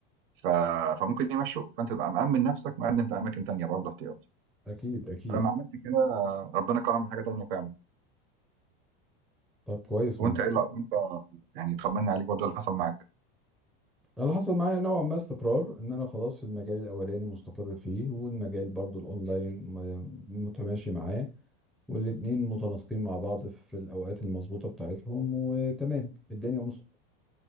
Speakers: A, on the right (about 65°); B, in the centre.
A: ف... فممكن يمشوك فانت تبقى مأمن نفسك مقدم في اماكن تانية برضو احتياطي
B: أكيد أكيد
A: فلما عملت كده ربنا كرم بحاجه تانية فعلا
B: طب كويس
A: وانت
B: ممتاز
A: ايه لا- وانت يعني طمنا عليك برضو اللي حصل معاك
B: أنا اللي حصل معايا نوعا ما استقرار إن أنا خلاص في المجال الأولاني مستقر فيه والمجال برضو الأونلاين م- متماشي معاه والاتنين متناسقين مع بعض في الأوقات المظبوطة بتاعتهم وتمام الدنيا